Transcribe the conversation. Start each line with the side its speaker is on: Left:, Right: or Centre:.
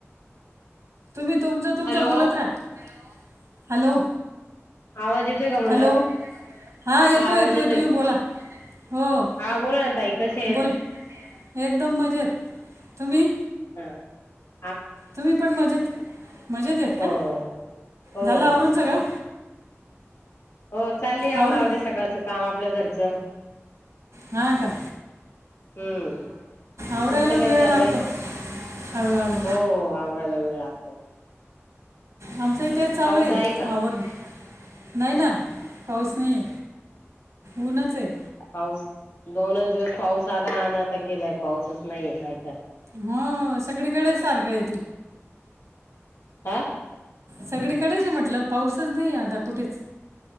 Right: तुम्ही तुमचं तुमचं
Left: हॅलो
Right: बोलत राहा, हॅलो!
Left: आवाज येतोय का म्हटलं
Right: हॅलो हां
Left: हा आवाज येतोय
Right: तुम्ही बोला हो
Left: हा बोला ना त कस आहेत
Right: बोला एकदम मजेत तुम्ही
Left: ह
Right: तुम्ही पण मजेत मजेत येत का
Left: हो हो
Right: झाला आवरून सगळं
Left: हो चालली
Right: आवरून
Left: आव आवरी सकाळचं काम आपल्या घरचं
Right: हा का
Left: हम्म
Right: आवरायलाच
Left: तुमचं काय
Right: वेळ
Left: चाललंय
Right: लागतो हळूहळू
Left: हो आवरायला वेळ लागतो
Right: आमचं इथेच चालू
Left: पाऊस
Right: आहे
Left: का
Right: आवरण नाही ना पाऊस नाहीे ऊनच आहे
Left: पास दोनच दिवस पाऊस आला आणि आता गेलाय पाऊसच नाहीये काही
Right: हो सगळीकडे सारखं आहेेत
Left: हा
Right: सगळीकडेच आहे म्हटलं पाऊसच नाहीे आता कुठेच